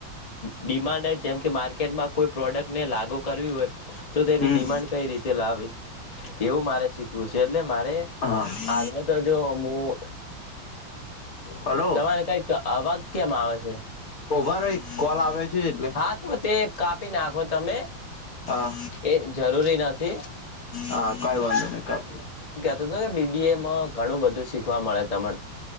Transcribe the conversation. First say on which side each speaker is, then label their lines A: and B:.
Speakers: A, on the left; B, on the left.
A: ડિમાન્ડ જેમ કે માર્કેટમાં કોઈ પ્રોડક્ટને લાગુ કરવી હોય તો તેની
B: હમ
A: ડિમાન્ડ કઈ રીતે લાવે એવું મારે શીખવું છે એટલે મારે
B: હા
A: હાલમાં તો જો મુું
B: હલો
A: તમારે કઈક અવાક કેમ આવે છે.
B: ઓભાર એક કોલ આવ્યો છે એટલે.
A: હા તો તે કાપી નાખો તમે
B: હા
A: એ જરૂરી નથી
B: હા કઈ વાંધો નહી કર
A: બીબી એમાં ઘણું બધું શીખવા મળે તને